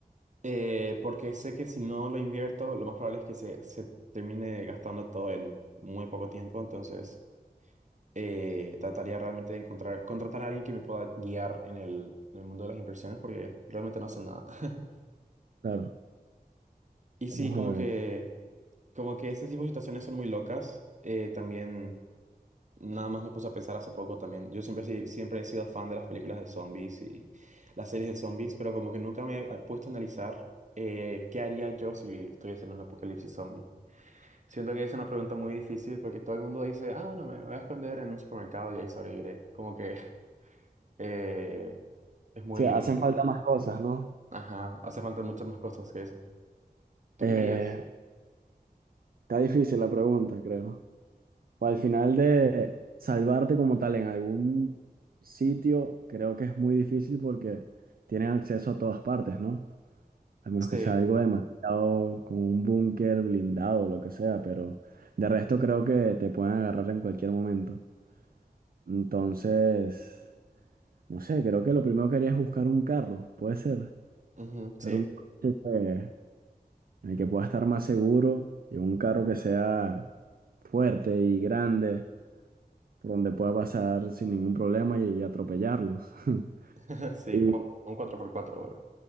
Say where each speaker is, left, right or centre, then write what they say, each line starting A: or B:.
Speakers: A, on the right; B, on the right.
A: Eh, porque sé que si no lo invierto, lo más probable es que se, se termine gastando todo en muy poco tiempo. Entonces, eh, trataría realmente de encontrar, contratar a alguien que me pueda guiar en el, en el mundo de las inversiones, porque realmente no sé nada. <laughs>
B: Claro,
A: Y sí,
B: vamos
A: como
B: a ver.
A: que, como que este tipo de situaciones son muy locas. Eh, también. Nada más me puse a pensar hace poco también. Yo siempre, sí- siempre he sido fan de las películas de zombies y las series de zombies, pero como que nunca me he puesto a analizar eh, qué haría yo si estuviese en un apocalipsis zombie. Siento que es una pregunta muy difícil porque todo el mundo dice, ah, bueno, me me voy a esconder en un supermercado y ahí sobreviviré. Como que <laughs> eh, es muy...
B: Sí, hacen falta más cosas, ¿no?
A: Ajá, hace falta muchas más cosas que eso. ¿Tú
B: Eh,
A: qué harías?
B: está difícil la pregunta, creo. O al final de salvarte como tal en algún sitio, creo que es muy difícil porque tienen acceso a todas partes, ¿no? A menos
A: Sí,
B: que sea algo demasiado como un búnker blindado, lo que sea, pero de resto creo que te pueden agarrar en cualquier momento. Entonces, no sé, creo que lo primero que haría es buscar un carro, puede ser,
A: ujú, sí,
B: pero un coche que- en el que pueda estar más seguro y un carro que sea fuerte y grande, por donde pueda pasar sin ningún problema y, y atropellarlos. <laughs>
A: <laughs> sí,
B: Y
A: como un cuatro por cuatro